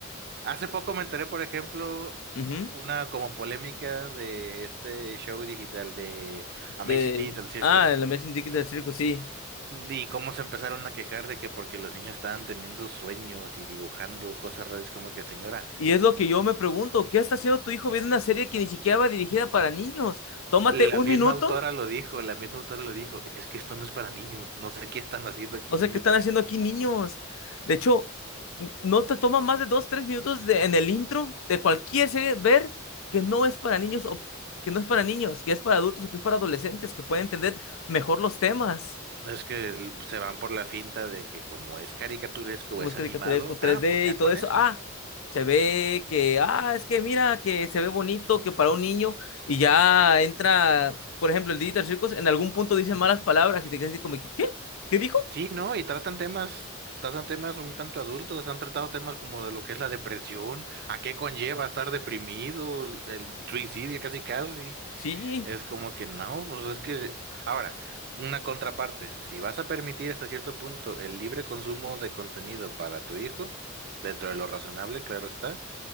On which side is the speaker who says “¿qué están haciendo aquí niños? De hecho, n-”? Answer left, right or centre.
Left